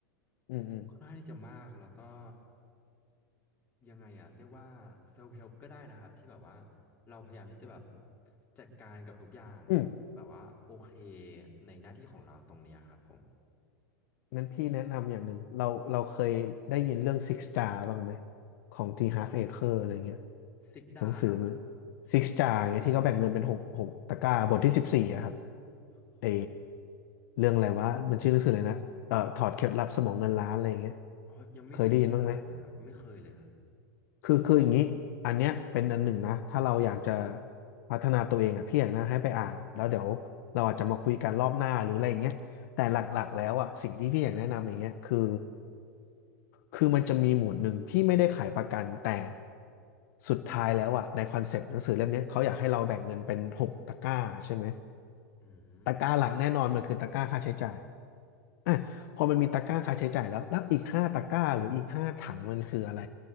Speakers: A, on the left (about 60°); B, on the left (about 15°).
A: อืมอืมอืม
B: ค่อนข้างที่จะมากแล้วก็ ยังไงอะเรียกว่าเซลฟ์เฮล p ก็ได้นะครับที่แบบว่าเราพยายามที่จะแบบจัดการกับทุกอย่าง
A: อืม
B: แบบว่าโอเคในหน้าที่ของเราตรงเนี้ยครับผม
A: นั้นพี่แนะนำอย่างหนึ่งเราเราเคยได้ยินเรื่อง Six Star บ้างไหม ของ T Half Acre อะไรเงี้ย
B: ซิกดาเหรอครับ
A: หนังสือซิกจาเงี้ยที่เขาแบ่งเงินเป็นหกหกตะกร้าบทที่สิบสี่อะครับ
B: โห
A: เอเรื่องอะไรวะมันชื่อหนังสืออะไรนะเอ่อถอดเคล็ดลับสมองเงินล้านอะไรอย่างเงี้ย
B: อ๋อยังไม่เคยอ่านเลยครับไม่เคยเลยครับ
A: เคยได้ยินบ้างไหม คือคืออย่างนี้อันเนี้ยเป็นอันหนึ่งนะถ้าเราอยากจะพัฒนาตัวเองอะพี่อยากแนะนำให้ไปอ่านแล้วเดี๋ยวเราอาจจะมาคุยกันรอบหน้าหรืออะไรอย่างเงี้ยแต่หลักๆแล้วอะสิ่งที่พี่อยากแนะนำอย่างเงี้ยคือคือมันจะมีหมวดหนึ่งที่ไม่ได้ขายประกันแต่สุดท้ายแล้วอะในคอนเซปต์หนังสือเล่มเนี้ยเขาอยากให้เราแบ่งเงินเป็นหกตะกร้าใช่ไหม
B: อืม
A: ตะกร้าหลักแน่นอนมันคือตะกร้าค่าใช้จ่าย อ่ะพอมันมีตะกร้าค่าใช้จ่ายแล้ว แล้วอีกห้าตะกร้าหรืออีกห้าถังมันคืออะไร